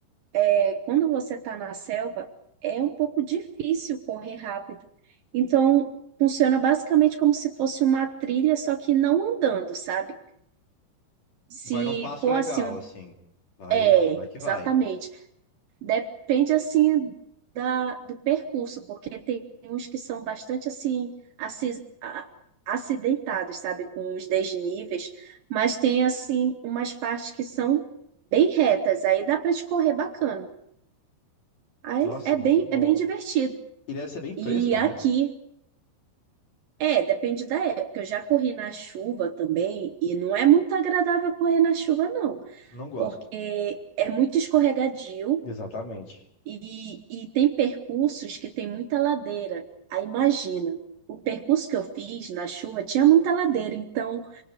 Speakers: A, on the right; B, on the left.
A: é, quando você está na selva, é um pouco difícil correr rápido. Então, funciona basicamente como se fosse uma trilha, só que não andando, sabe? Se
B: Vai num passo
A: for
B: legal,
A: assim um
B: assim. Vai,
A: É,
B: vai que vai.
A: exatamente. Depende assim da, do percurso, porque tem uns que são bastante assim aci- a- acidentados, sabe, com os desníveis, mas tem assim umas partes que são bem retas, aí dá para escorrer bacana. Aí
B: Nossa,
A: é
B: muito
A: bem
B: bom.
A: é bem divertido.
B: E deve ser bem fresco,
A: E aqui
B: né?
A: é, depende da época. Eu já corri na chuva também e não é muito agradável correr na chuva, não,
B: Não gosto.
A: porque é muito escorregadio.
B: Exatamente.
A: E, e tem percursos que tem muita ladeira. Aí imagina, o percurso que eu fiz na chuva tinha muita ladeira, então